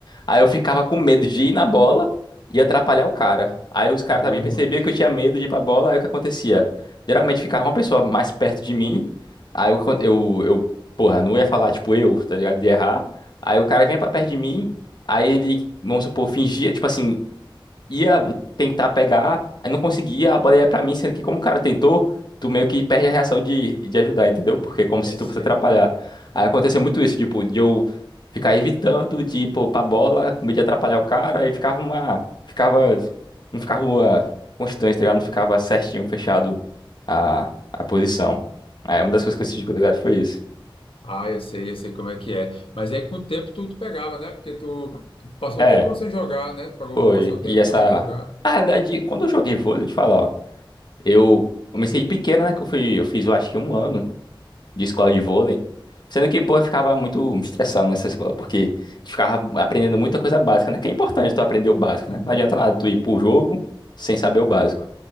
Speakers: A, on the left; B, on the left.
A: Aí eu ficava com medo de ir na bola e atrapalhar o cara. Aí os caras
B: Boa.
A: também percebiam que eu tinha medo de ir pra bola, aí o que acontecia? Geralmente ficava uma pessoa mais perto de mim, aí eu, eu, eu porra, não ia falar, tipo, eu, tá ligado? De errar. Aí o cara vinha pra perto de mim, aí ele, vamos supor, fingia, tipo assim, ia tentar pegar, aí não conseguia, a bola ia pra mim, sendo que como o cara tentou, tu meio que perde a reação de, de ajudar, entendeu? Porque é como se
B: Esse.
A: tu fosse atrapalhar. Aí aconteceu muito isso, tipo, de eu ficar evitando de ir pô, pra bola, com medo de atrapalhar o cara, aí ficava uma, ficava, não ficava uma constante, tá ligado? Não ficava certinho, fechado a, a posição. Aí uma das coisas que eu senti de dificuldade foi isso.
B: Ah, eu sei, eu sei como é que é. Mas aí com o tempo tu, tu pegava, né? Porque tu, tu passou
A: É,
B: um tempão sem jogar, né? Pagou-
A: foi.
B: Passou um tempo
A: E essa.
B: sem jogar.
A: Na verdade quando eu joguei vôlei, de falar, ó, eu comecei pequena, né? Que eu fui, eu fiz, eu acho que um ano. de escola de vôlei. Sendo que, pô, eu ficava muito estressado nessa escola, porque a gente ficava aprendendo muita coisa básica, né? Que é importante tu aprender o básico,
B: Uhum.
A: né? Não adianta nada tu ir pro jogo sem saber o básico.